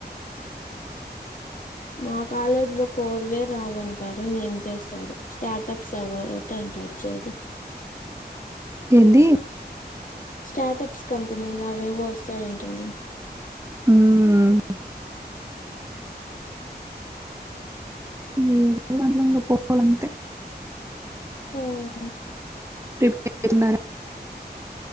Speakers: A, on the left (about 50°); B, on the right (about 15°).
A: మా కాలేజ్ లో కోర్వే రావంటారు ఏం చేస్తారు స్టార్టప్స్ అవి ఓటె అంట వచ్చేది
B: ఎంది
A: స్టార్ట్ప్స్ కంపెనీలు అవేవో వస్తాయంటనే
B: ఉమ్ ఉమ్ దాంట్లోంకి పోవలంటే
A: ఉమ్
B: ప్రిపేర్ అవుతున్నారా